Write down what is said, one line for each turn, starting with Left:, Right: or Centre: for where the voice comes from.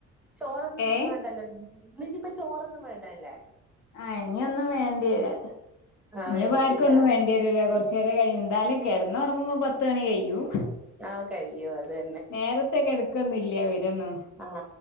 Centre: ചോറൊന്നും
Left: ഏഹ്
Centre: വാണ്ടല്ലേ നിങ്ങളിനിപ്പൊ ചോറൊന്നും വേണ്ടാല്ലെ
Left: ആ ഇഞി ഒന്നും വേണ്ട്യേര
Centre: ആ
Left: ഇഞിപ്പൊ
Centre: വേണ്ടത്തില്ല
Left: ആർക്കൊന്നും വേണ്ടി ഇല്ല കൊറച്ചേരം കഴും ന്താലും കെടന്ന് ഒറങ്ങുമ്പൊ പത്ത് മണി കയ്യും
Centre: ആഹ് കയ്യും അതെ
Left: നേരത്തെ കെടക്കൊന്നുല്ല ഇവരൊന്നും
Centre: ആഹ്